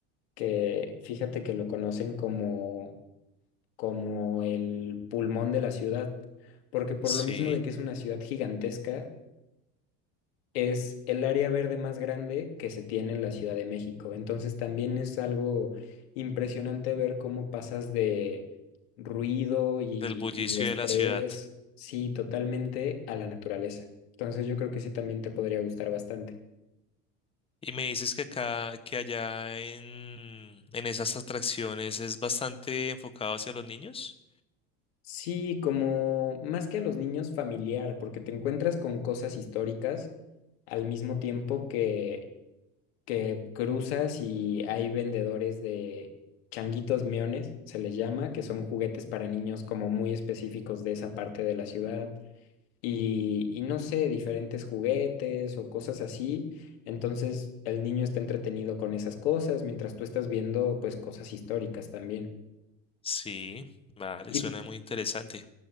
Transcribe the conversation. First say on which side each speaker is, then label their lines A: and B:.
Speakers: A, on the left; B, on the left.
A: que fíjate que lo conocen como como el pulmón de la ciudad, porque por
B: Sí,
A: lo mismo de que es una ciudad gigantesca, es el área verde más grande que se tiene en la Ciudad de México. Entonces también es algo impresionante ver cómo pasas de ruido y,
B: del bullicio
A: y estrés,
B: de la ciudad.
A: sí, totalmente a la naturaleza. Entonces yo creo que ese también te podría gustar bastante.
B: Y me dices que acá, que allá en, en esas atracciones es bastante enfocado hacia los niños.
A: Sí, como más que a los niños familiar, porque te encuentras con cosas históricas al mismo tiempo que que cruzas y hay vendedores de changuitos miones, se les llama, que son juguetes para niños como muy específicos de esa parte de la ciudad. Y, y no sé, diferentes juguetes o cosas así. Entonces el niño está entretenido con esas cosas mientras tú estás viendo pues cosas históricas también.
B: Sí, vale,
A: Y
B: suena muy interesante.